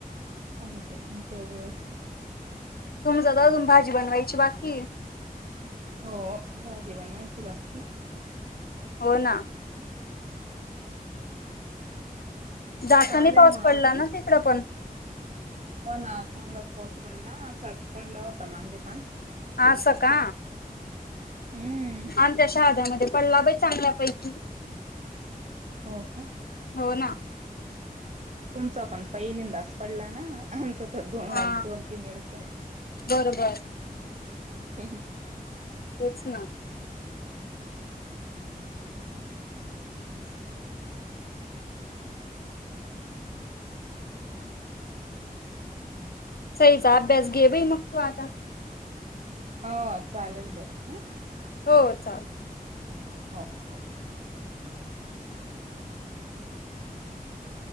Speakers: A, on the right; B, on the left.
A: हो का जेव व्यवस्थ
B: तुम ज भाजी बनवायची बाकी
A: हो भाजी बनवायची बाकी
B: हो ना जास्त
A: चालेल
B: नाही पाऊस
A: मग
B: पडला
A: अजून
B: ना तिकडं पण
A: म ना चांगलंचपस्त पडला असस पडला होता मांगेपण
B: अस का
A: हम्म
B: आणि त्याच्या आधार पणला बा चांगल्या पैकी
A: हो का
B: हो ना
A: तुमचा पण पहिलींदाास पडला ना आमचा तर दो
B: हा
A: दोन तीन वेळेस
B: बरोबर
A: हम् ह
B: तेच ना
A: <inaudible>
B: सहीचा बस गे भाई मुख तो आता
A: अ चालेल बरं ह
B: हो चाल
A: हो हो
B: <unintelligible>